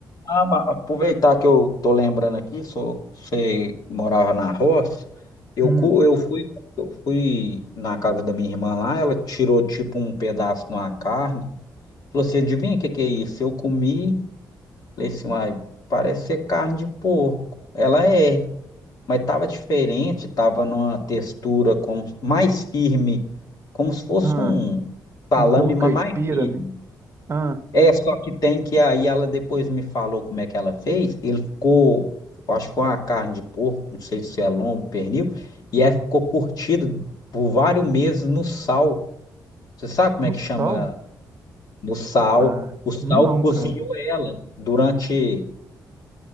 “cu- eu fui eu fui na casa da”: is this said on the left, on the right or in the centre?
Left